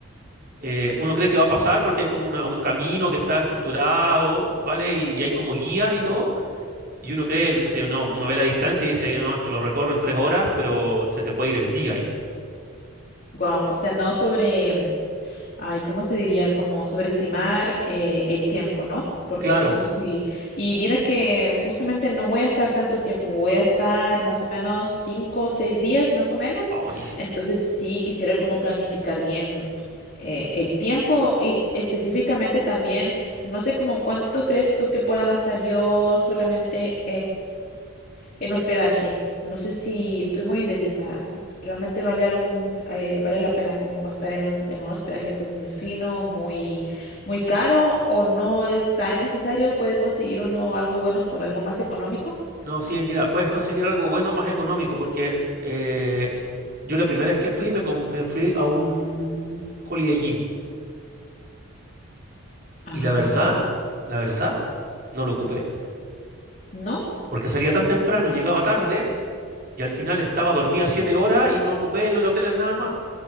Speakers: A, on the right (about 40°); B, on the left (about 35°).
A: eh, uno cree que va a pasar porque hay como una- un camino que está estructurado, ¿vale? Y, y hay como guías y todo. Y uno cree, dice, no, uno ve la distancia y dice, no, esto lo recorro en tres horas, pero se te puede ir el día ahí.
B: Wow. <laughs> O sea, no sobre, mm, ay, ¿cómo se diría? Como sobreestimar eh, el tiempo, ¿no? Porque
A: Claro.
B: pues eso sí. Y mira que justamente no voy a estar tanto tiempo, voy a estar más o menos cinco o seis días, más o menos.
A: Ah, buenísimo.
B: Entonces sí quisiera como planificar bien eh, el tiempo y específicamente también, no sé como cuánto crees tú que pueda gastar yo solamente. en hospedaje. No sé si estoy muy indecisa. si Realmente vale algo, mm, eh, vale la pena como gastar en un, en un hospedaje pues muy fino, muy, muy caro, o no es tan necesario, puede conseguir uno algo bueno por algo más económico.
A: No, sí, mira, puedes conseguir algo bueno más económico porque eh, yo la primera vez que fui me, com- me fui a un Holiday Inn
B: Ah,
A: y la verdad,
B: ok.
A: la verdad, no lo ocupé.
B: ¿No?
A: Porque salía tan temprano y llegaba tarde y al final estaba dormía siete horas y no ocupé el hotel nada más.